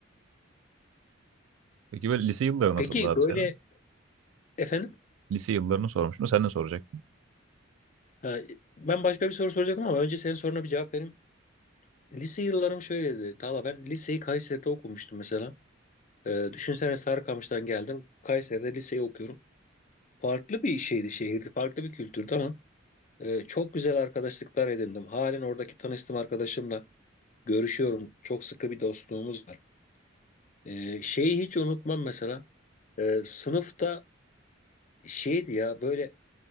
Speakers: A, on the right (about 80°); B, on the left (about 40°).
A: Peki böyle lise yılları nasıldı
B: <laughs> Peki
A: abi
B: böyle
A: senin?
B: efendim
A: Lise yıllarını sormuştum. Sen ne soracaktın?
B: Ha, ben başka bir soru soracaktım ama önce senin soruna bir cevap vereyim. Lise yıllarım şöyleydi. Tala ben liseyi Kayseri'de okumuştum mesela. Ee, düşünsene Sarıkamış'tan geldim. Kayseri'de liseyi okuyorum. Farklı bir şeydi şehirdi. Farklı bir kültürdü ama e, çok güzel arkadaşlıklar edindim. Halen oradaki tanıştığım arkadaşımla görüşüyorum. Çok sıkı bir dostluğumuz var. Ee, şeyi hiç unutmam mesela. Ee, sınıfta şeydi ya böyle